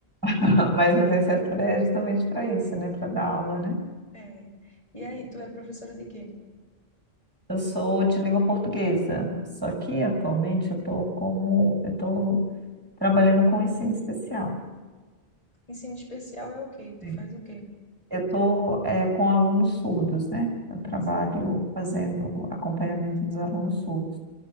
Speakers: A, on the right; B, on the left.
A: <laughs> Mas licenciatura é justamente para isso, né? Para dar aula, né?
B: É. E aí, tu é professora de quê?
A: Eu sou de língua portuguesa, só que atualmente eu estou como eu estou trabalhando com ensino especial.
B: Ensino especial é o quê? Tu
A: Sim.
B: faz o quê?
A: Eu estou com alunos surdos, né? Eu trabalho
B: Sim.
A: fazendo acompanhamento dos alunos surdos